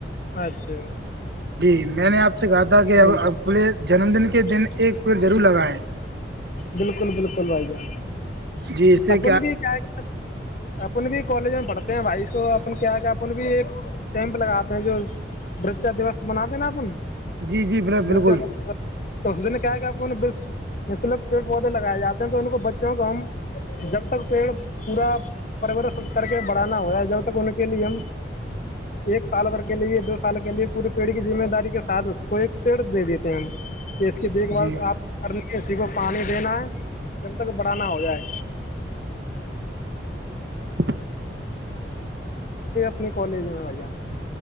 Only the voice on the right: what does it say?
جی میں نے آپ سے گا تھا کہ
اے جنم دن کے دن ایک پیر ضرور لگائیں
جی اس سے
جی جی ب
بالکل
جی
بال <unintelligible>